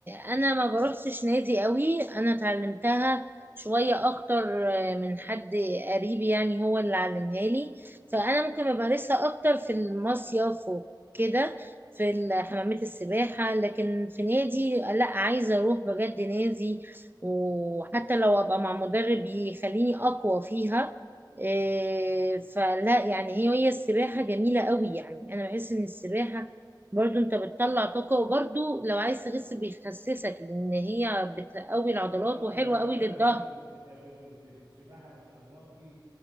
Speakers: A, on the right; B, on the right.
A: انا ما بروحش نادي قوي انا اتعلمتها شوية اكتر آه، من حد قريب يعني هو اللي علمها لي فانا ممكن بمارسها اكتر في المصيف وكده في ال- حمامات السباحة لكن في نادي لا عايزة اروح بجد نادي وحتى لو ابقى مع مدرب يخليني اقوى فيها إيه، فلا يعني هي هي السباحة جميلة قوي يعني انا بحس ان السباحة برضو انت بتطلع طاقة وبرضو لو عايز تخس بيخسسك لان هي بتقوي العضلات
B: اه طبعا
A: وحلوة
B: هي
A: قوي
B: بقى
A: للظهر
B: بس بت... ده ب... انت في السباحة بتحركي